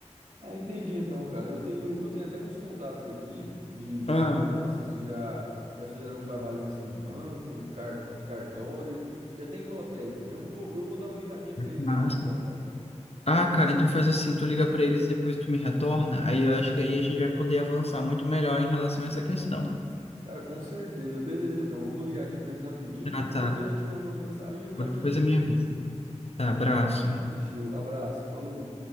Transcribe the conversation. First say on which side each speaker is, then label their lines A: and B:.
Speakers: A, on the right; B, on the left.
A: Ah, entendi então, cara. Eu tenho, eu tenho até uns contatos aqui de, de
B: Ah,
A: seguranças que já, já fizeram trabalhos em banco, um car- cartório e até em lotéricas. Eu vou, eu vou dar uma ligadinha pra eles
B: massa.
A: aqui então, cara.
B: Ah, cara, então faz assim, tu liga pra eles e depois tu me retorna. Aí eu acho que aí a gente vai poder avançar muito melhor em relação a essa questão.
A: Cara, com certeza. Beleza, então. Eu vou ligar aqui pra eles rapidinho,
B: Ah,
A: depois
B: tá.
A: eu já te mando uma mensagem, ou eu
B: Qualquer
A: já te
B: coisa
A: ligo
B: me
A: mesmo.
B: avisa. Tá, abraço.
A: Fechou. Abraço. Falou.